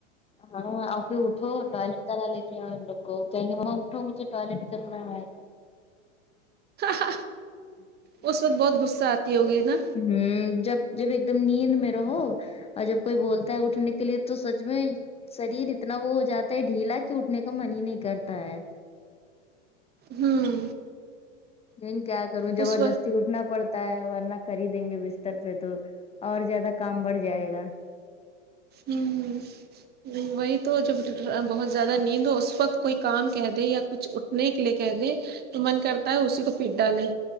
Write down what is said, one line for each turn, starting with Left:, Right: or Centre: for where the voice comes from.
Left: ہاں اور پھر اٹھو ٹوائلٹ کرا لے کے آ ان لوگ کو کہیں گے مما اٹھو مجھے ٹوائلٹ کرنا ہے
Right: ہا ہا اس وقت بہت غصہ آتی ہوگی نا
Left: ہوں جب جب ایک دم نیند میں رہو اور جب کوئی بولتا ہے اٹھنے کے لیے تو سچ میں شریر اتنا وہ ہو جاتا ہے ڈھیلا کہ اٹھنے کا من ہی نہیں کرتا ہے
Right: ہوں
Left: لیکن کیا کروں زبردست
Right: اس وقت
Left: تی اٹھنا پڑتا ہے ورنہ کر ہی دیں گے بستر پہ تو اور زیادہ کام بڑھ جائے گا
Right: ہوں ہوں وہی تو جب بہت زیادہ نیند ہو اس وقت کوئی کام کہہ دے یا کچھ اٹھنے کے لیے کہہ دے تو من کرتا ہے اسی کو پیٹ ڈالیں